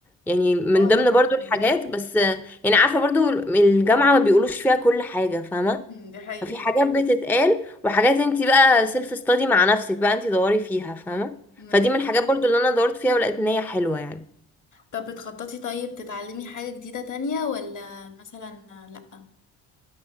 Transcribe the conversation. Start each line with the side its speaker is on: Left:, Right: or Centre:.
Centre: يعني من
Left: هو
Centre: ضمن
Left: حلو
Centre: برضو
Left: جدا
Centre: الحاجات
Left: يعني
Centre: بس يعني عارفة برضو الجامعة ما بيقولوش فيها كل حاجة فاهمة
Left: مم، دي حقيقة
Centre: ففي حاجات بتتقال وحاجات انت بقى سيلف ستادي مع نفسك بقى انت دوري فيها فاهمه
Left: مم.
Centre: فدي من الحاجات برضو اللي انا دورت فيها ولقيت ان هي حلوه يعني
Left: طب بتخططي طيب تتعلمي حاجة جديدة تانية ولا مثلا لأ